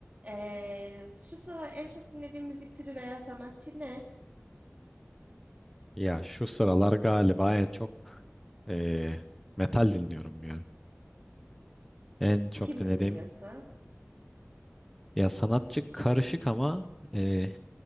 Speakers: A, on the right (about 35°); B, in the centre.
A: Ee, şu sıralar en çok dinlediğin müzik türü veya sanatçı ne?
B: Ya şu sıralar galiba en çok eee, metal dinliyorum ya. En çok
A: Kimi
B: dinlediğim
A: dinliyorsun?
B: ya sanatçı karışık ama eee,